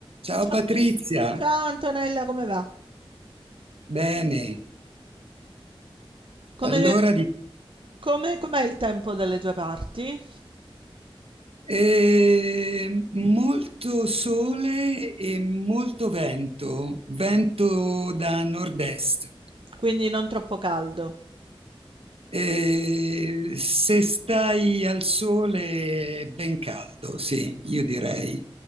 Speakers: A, on the right; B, on the right.
A: Ciao
B: Ciao,
A: Patrizia,
B: ciao Antonella, come va?
A: bene.
B: Come,
A: Allora, di-
B: come, com'è il tempo dalle tue parti?
A: eh, molto sole e molto vento, vento da nord-est.
B: Quindi non troppo caldo.
A: Eh, se stai al sole è ben caldo, sì, io direi.